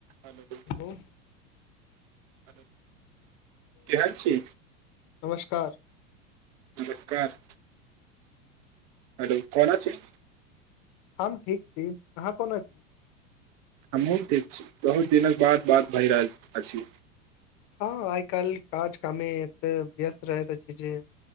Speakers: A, on the right (about 45°); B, on the left (about 45°).
A: हलो
B: hello
A: hello केहन छी
B: नमस्कार
A: नमस्कार हेलो कोना छै
B: हम ठीक छी अहाँ कोना छी
A: हमहहुँ ठीक छी बहुत दिनक बाद बात भहि रहल अछि
B: हँ आइ काल्हि काज कामे एते व्यस्त रहैत अछि जे